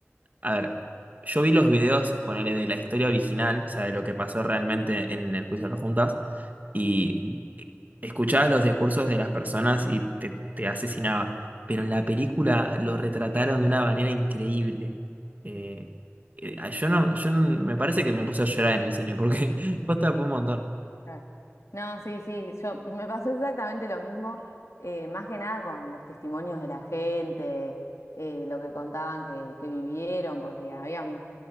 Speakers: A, on the right (about 35°); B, on the left (about 85°).
A: a ver, yo vi los videos, ponele, de la historia original, o sea, de lo que pasó realmente en el juicio de las juntas, y escuchabas los discursos de las personas y te, te asesinaba. Pero en la película lo retrataron de una manera increíble. Eh, eh, yo no, yo no- me parece que me puse a llorar en el cine, porque <laughs> posta fue un montón.
B: Claro. No, sí, sí, yo me pasó exactamente lo mismo, eh, más que nada con los testimonios de la gente, eh, lo que contaban que, que vivieron, porque habían